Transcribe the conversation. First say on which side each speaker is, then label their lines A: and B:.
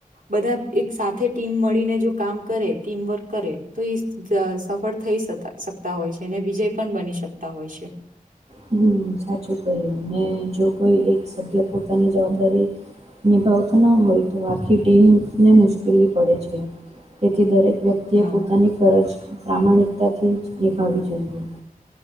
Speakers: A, on the right (about 70°); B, on the right (about 45°).
A: બધા એક સાથે ટીમ મળીને જો કામ કરે ટીમવર્ક કરે તો એ સફળ થઈ હોય છે અને વિજય પણ બની શકતા હોય છે
B: હમ્મ સાચું કહી્યું અનેને જો કોઈ એક સભ્ય પોતાની જવાબદારી નિભાવતા ન હોય તો આખી ટીમને મુશ્કેલી પડે છે તેથી દરેક વ્યક્તિએ
A: હા.
B: પોતાની ફરજ પ્રામાણિકતાથી જ નિભાવવી જોઈએ